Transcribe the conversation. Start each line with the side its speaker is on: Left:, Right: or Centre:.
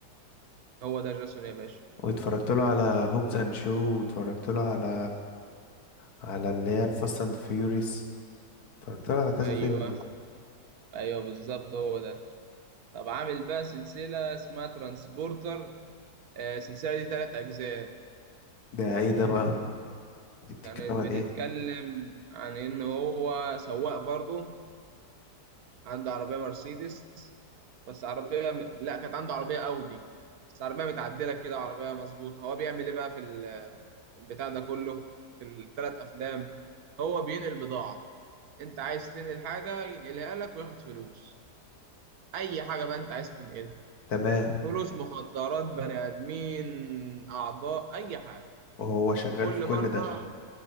Right: هو ده جاسون يا باشا
Left: واتفرجت له على هوبز اند شو واتفرجت له على على اللي هي فاست اند فيوريس اتفرجت له على كذا
Right: أيوه
Left: فيلم
Right: أيوه بالظبط هو ده طب عامل بقى سلسلة اسمها ترانسبورتر آه، السلسلة دي تلات أجزاء
Left: ده ايه ده بقى دي بتتكلم
Right: كانت
Left: عن
Right: بتتكلم
Left: ايه
Right: عن إن هو سواق برضه عنده عربية مرسيدس بس عربية لأ كانت عنده عربية أودي بس عربية متعدلة كده عربية مظبوطة هو بيعمل إيه بقى في ال- في البتاع ده كله في التلات أفلام هو بينقل بضاعة أنت عايز تنقل حاجة ينقلها لك وياخد فلوس أي حاجة بقى أنت عايز تنقلها
Left: تمام
Right: فلوس مخدرات بني ادمين اعضاء اي حاجه
Left: وهو شغال
Right: وكل
Left: في كل
Right: مره
Left: ده